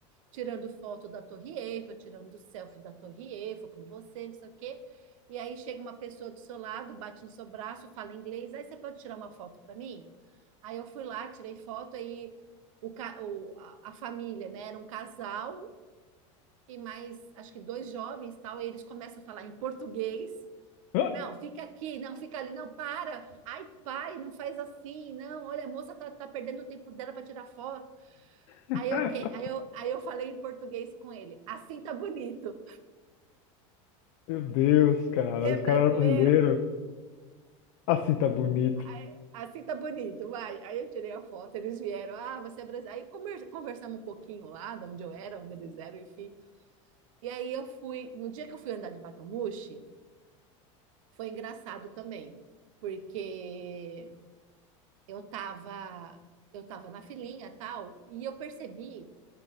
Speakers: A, on the right (about 85°); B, on the left (about 70°).
A: tirando foto da Torre Eiffel, tirando selfie da Torre Eiffel com você, não sei o quê. E aí chega uma pessoa do seu lado, bate no seu braço, fala inglês, aí você pode tirar uma foto para mim? Aí eu fui lá, tirei foto, aí o, ca- o- a, a família, né, era um casal e mais, acho que dois jovens, tal, e eles começam a falar em português.
B: Hã?
A: Não, fica aqui, não, fica ali, não, para. Ai, pai, não faz assim, não. Olha, a moça tá, tá perdendo o tempo dela para tirar foto.
B: <laughs>
A: Aí, ok, aí eu, aí eu falei em português com ele. Assim tá bonito.
B: Meu Deus, cara.
A: Você é
B: Os
A: brasileiro?
B: caras brasileiros. Assim tá bonito.
A: Aí, assim tá bonito, vai. Aí eu tirei a foto, eles vieram. Ah, você é brasileiro. Aí conver- conversamos um pouquinho lá, de onde eu era, onde eles eram, enfim. E aí eu fui. No dia que eu fui andar de Batomushi, foi engraçado também, porque eu tava, eu tava na filinha e tal, e eu percebi